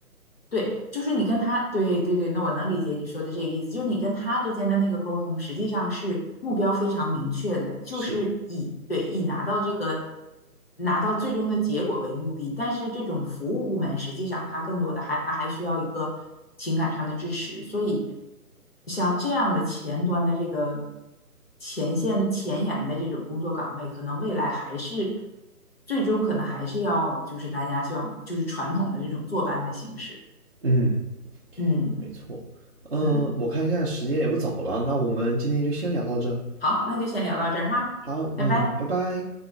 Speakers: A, on the left (about 40°); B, on the right (about 40°).
A: 对，就是你跟他，对对对，那我能理解你说的这个意思，就是你跟他之间的那个沟通，实际上是目标非常明确的，就是以对以拿到这个
B: 是，
A: 拿到最终的结果为目的。但是这种服务部门，实际上它更多的还它还需要一个情感上的支持，所以像这样的前端的这个前线前沿的这种工作岗位，可能未来还是最终可能还是要就是大家像就是传统的这种坐班的形式。
B: 嗯，
A: 嗯
B: 没错，呃，
A: 嗯，
B: 我看现在时间也不早了，那我们今天就先聊到这。
A: 好，那就先聊到这儿哈，
B: 好，
A: 拜拜。
B: 嗯，拜拜。